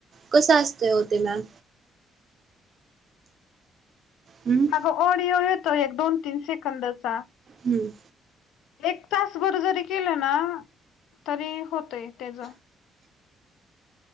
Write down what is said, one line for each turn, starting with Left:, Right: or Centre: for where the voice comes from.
Right: कसं असतंय ओ ते मॅम. हम्म.
Left: हो ऑडिओ येतो एक दोन तीन सेकंदचा.
Right: हम्म
Left: एक तासभर जरी केलं ना तरी होतयं तेजं.